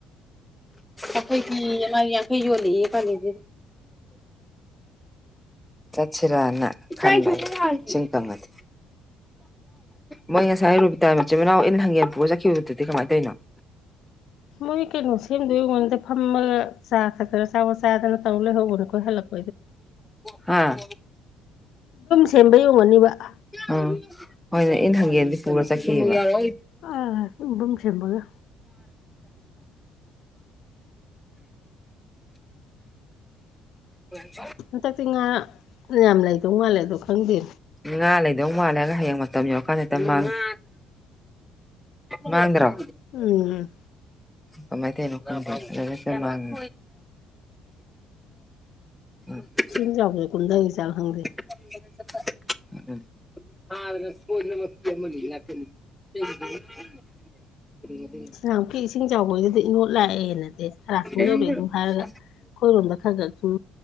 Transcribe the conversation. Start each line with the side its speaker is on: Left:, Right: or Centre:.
Centre: ꯑꯈꯣꯏꯒꯤ ꯑꯃ ꯌꯥꯡꯈꯩ ꯌꯣꯜꯂꯤꯌꯦ ꯏꯕꯥꯅꯤꯗꯤ ꯆꯥꯠꯁꯤꯔꯅ ꯈꯟꯕ ꯏꯁꯤꯡ ꯀꯥꯡꯉꯗꯤ ꯃꯣꯏ ꯉꯁꯥꯏ ꯔꯨꯕꯤꯇꯥ ꯃꯆꯤꯟ ꯃꯅꯥꯎ ꯏꯟ ꯍꯥꯟꯒꯦꯟ ꯄꯨꯔ ꯆꯠꯈꯤꯕꯗꯨꯗꯤ ꯀꯃꯥꯏꯅ ꯇꯧꯏꯅꯣ <unintelligible>
Left: ꯃꯣꯏ ꯀꯩꯅꯣ ꯁꯦꯝꯗꯣꯏ ꯑꯣꯏꯔꯝꯒꯅꯤꯗꯥ ꯐꯝꯃꯒ ꯆꯥ ꯈꯛꯇ ꯆꯥꯄꯣꯠ ꯆꯥꯗꯅ ꯇꯧ ꯂꯩꯍꯧꯕꯗꯣꯀꯣ ꯑꯩꯈꯣꯏ ꯍꯜꯂꯛ
Centre: ꯍꯥ
Left: <inaudible>
Centre: ꯎꯝ ꯍꯣꯏꯅꯦ ꯏꯟ ꯍꯪꯒꯦꯟꯗꯤ ꯄꯨꯔꯥ ꯆꯠꯈꯤꯌꯦꯕ <inaudible>
Left: ꯑꯥ ꯌꯨꯝꯕꯝ ꯁꯦꯝꯕꯒ
Centre: <unintelligible> <inaudible>
Left: ꯍꯟꯗꯛꯇꯤ ꯉꯥ ꯌꯥꯝ ꯂꯩꯗꯧ ꯃꯥꯜꯂꯦ ꯑꯗꯣ ꯈꯪꯗꯦ
Centre: ꯉꯥ ꯂꯩꯗꯧ ꯃꯥꯜꯂꯒ ꯍꯌꯦꯡ ꯃꯇꯝ ꯌꯧꯔꯀꯥꯟꯗ ꯍꯦꯛꯇ ꯃꯥꯡꯉꯦ ꯃꯥꯥꯡꯗ꯭ꯔꯣ
Left: ꯎꯝ
Centre: ꯀꯃꯥꯏ ꯇꯧꯋꯤꯅꯣ ꯈꯪꯗꯦ <inaudible> ꯎꯝ
Left: ꯏꯅꯝ ꯆꯥꯎꯕꯁꯨ ꯀꯨꯝꯗꯒꯤꯖꯥꯠꯂꯥ ꯈꯪꯗꯦ
Centre: <inaudible> <unintelligible> <inaudible>
Left: ꯉꯍꯥꯟꯃꯨꯛꯀꯤ ꯏꯁꯤꯡ ꯆꯥꯎꯕꯩꯗꯨꯗꯤ ꯏꯅꯣꯠ ꯂꯥꯛꯑꯦꯅꯗꯤ ꯈꯔ ꯁꯨꯝ
Centre: ꯑꯃ
Left: ꯌꯧꯔꯛꯑꯦ ꯑꯗꯨ
Centre: ꯐꯩ
Left: ꯍꯥꯏꯔꯒ ꯑꯩꯈꯣꯏꯔꯣꯝꯗ ꯈꯔ ꯁꯨꯝ